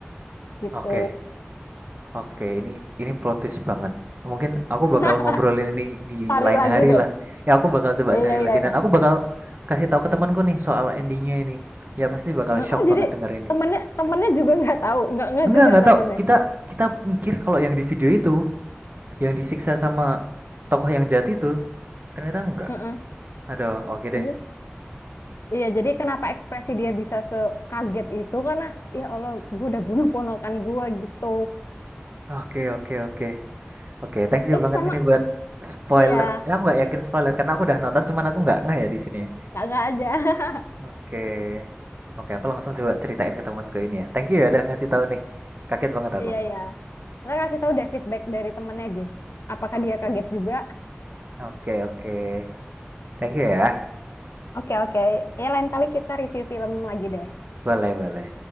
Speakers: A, on the left; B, on the right.
A: gitu.
B: oke oke ini ini plot twist banget. Mungkin aku
A: <laughs>
B: bakal ngobrolin ini di
A: Cari
B: lain
A: lagi
B: hari
A: deh.
B: lah. Ya aku bakal coba
A: Iya
B: cari
A: iya
B: lagi
A: iya.
B: dan aku bakal kasih tahu ke temanku nih soal endingnya ini. Ya pasti bakal
A: Oh
B: shock
A: jadi
B: banget denger ini.
A: temennya temennya juga nggak tahu, nggak nggak
B: Enggak
A: juga
B: enggak
A: temennya.
B: tau. kita kita mikir kalau yang di video itu yang disiksa sama tokoh yang jahat itu ternyata enggak.
A: Heeh.
B: Aduh, oke deh.
A: Bu. Iya, jadi kenapa ekspresi dia bisa sekaget itu karena ya Allah, gue udah bunuh ponakan gue gitu.
B: Oke, oke, oke. Oke, thank you
A: Eh sama,
B: banget ini buat spoiler.
A: iya
B: Ya, aku nggak yakin spoiler karena aku udah nonton, cuman aku nggak ngeh ya di sini. ya.
A: nggak nggak aja <laughs>
B: Oke, oke. Aku langsung coba ceritain ke temanku ini ya. Thank you ya udah ngasih tahu nih. Kaget banget aku.
A: iya iya kita kasih tahu deh feedback dari temennya gitu apakah
B: Oke,
A: dia kaget juga
B: oke, oke. Thank you ya.
A: oke oke ya lain kali kita review film lagi deh
B: Boleh, boleh.